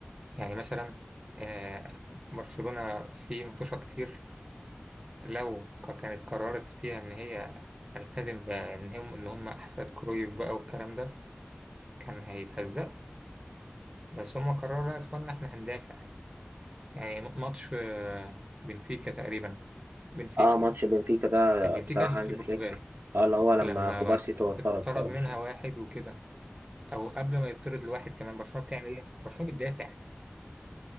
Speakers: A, on the right (about 20°); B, on the right (about 65°).
A: يعني مثلا آه، برشلونة في متوشة كتير لو ك- كانت قررت فيها إن هي تلتزم بإن هم إن هم أحفاد كرويف بقى والكلام ده كان هيتهزق بس هم قرروا لا يا إخوانا إحنا هندافع يعني م- ماتش آه، بنفيكا تقريبا بنفيكا
B: اه ماتش
A: آه.
B: بنفيكا ده
A: بنفيكا
B: بصراحة
A: اللي
B: هانز
A: في البرتغال
B: فليك اه اللي هو لما
A: لما
B: كوبارسي تو اتطرد
A: اتطرد
B: في اول
A: منها
B: الشوط
A: واحد وكده أو قبل ما يطرد لواحد كمان برشلونة بتعمل إيه؟ برشلونة بتدافع